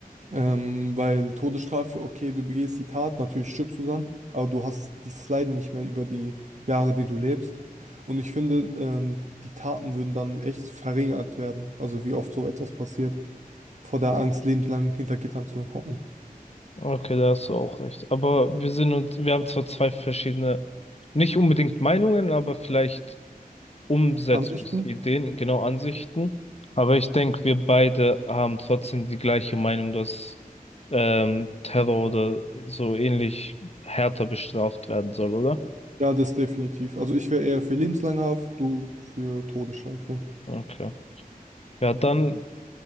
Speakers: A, on the right; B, on the left.
A: Ähm, weil Todesstrafe, okay, du begehst die Tat, natürlich stirbst du dann, aber du hast dieses Leiden nicht mehr über die Jahre, die du lebst. Und ich finde, ähm, die Taten würden dann echt verringert werden. Also wie oft so etwas passiert, vor der Angst, lebenslang hinter Gittern zu hocken.
B: Okay, da hast du auch recht. Aber wir sind uns, wir haben zwar zwei verschiedene, nicht unbedingt Meinungen, aber vielleicht Umsetzungsideen,
A: Ansichten?
B: genau Ansichten. Aber ich denke, wir beide haben trotzdem die gleiche Meinung, dass ähm, Terror oder so ähnlich härter bestraft werden soll, oder?
A: Ja, das definitiv. Also ich wäre eher für lebenslange Haft, du für Todesstrafe.
B: Okay. Ja, dann